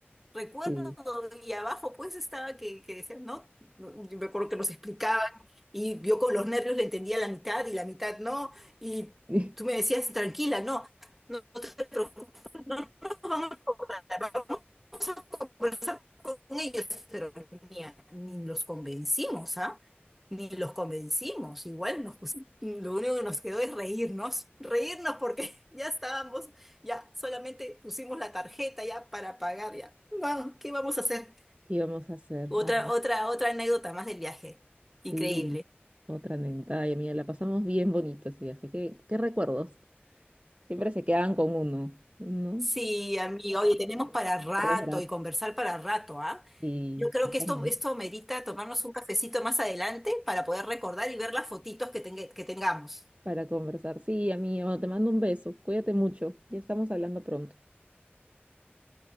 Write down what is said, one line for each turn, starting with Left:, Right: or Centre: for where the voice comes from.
Centre: Recuerdo,
Right: Sí.
Centre: y abajo pues estaba que, que decían, no, No, yo me acuerdo que nos explicaban y yo con los nervios le entendía la mitad y la mitad no, y
Right: <laughs>
Centre: tú me decías, tranquila, no, no te preocupes, no, no, Claro, vamos a conversar con ellos, pero ni, a- ni los convencimos, ¿ah? Ni los convencimos, igual nos pusimos, lo único que nos quedó es reírnos, reírnos porque <laughs> ya estábamos, ya solamente pusimos la tarjeta ya para pagar ya. Vamos, ¿qué vamos a hacer?
Right: ¿Qué íbamos a hacer?
Centre: Otra,
Right: Ah,
Centre: otra, otra anécdota más del viaje. Increíble.
Right: sí, otra anécdota. Ay, amiga, la pasamos bien bonito ese viaje. ¿Qué, qué recuerdos? Siempre se quedan con uno, ¿no?
Centre: Sí, amiga, oye, tenemos para rato
Right: por dos gratis
Centre: y conversar para rato, ¿ah?
Right: y
Centre: Yo creo
Right: sí,
Centre: que
Right: vámonos,
Centre: esto, esto merita tomarnos un cafecito más adelante para poder recordar y ver las fotitos que, tenga- que tengamos.
Right: para conversar. Sí, amigo, te mando un beso. Cuídate mucho. Ya estamos hablando pronto.